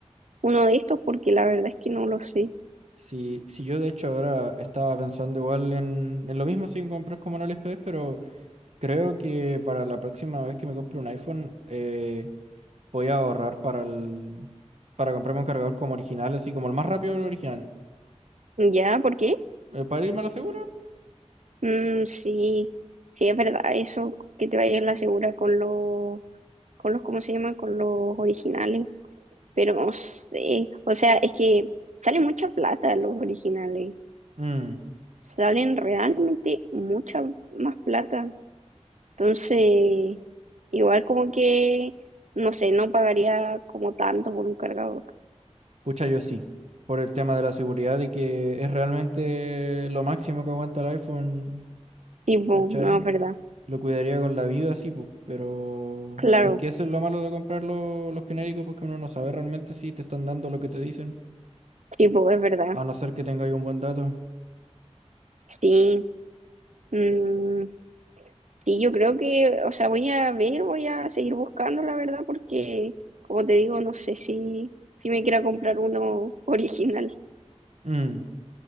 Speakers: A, on the right (about 80°); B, on the right (about 70°).
A: uno de estos porque la verdad es que no lo sé.
B: Sí, sí, yo de hecho ahora estaba pensando igual en, en lo mismo sin comprar como en AliExpress, pero creo que para la próxima vez que me compre un iPhone eh, voy a ahorrar para el, para comprarme un cargador como original, así como el más rápido el original.
A: ¿Ya? ¿Por qué?
B: Eh, para irme a la segura.
A: Mm, sí, sí es verdad eso, que te vayas a la segura con los, con los, ¿cómo se llama? Con los originales, pero no sé, o sea, es que sale mucha plata los originales,
B: Mm.
A: salen realmente mucha más plata. Entonces, igual como que, no sé, no pagaría como tanto por un cargador.
B: Pucha, yo sí, por el tema de la seguridad, de que es realmente lo máximo que aguanta el iPhone,
A: Tipo,
B: ¿cachai?
A: no, es verdad. Mm,
B: Lo cuidaría con la vida, sí, pues, pero
A: Claro,
B: es que eso es lo malo de comprar lo- los genéricos, porque uno no sabe realmente si te están dando lo que te dicen,
A: tipo, es verdad.
B: a no ser que tengáis un buen dato.
A: Sí. mm, sí, yo creo que, o sea, voy a ver, voy a seguir buscando, la verdad, porque, como te digo, no sé si, si me quiera comprar uno <laughs> original.
B: Mm,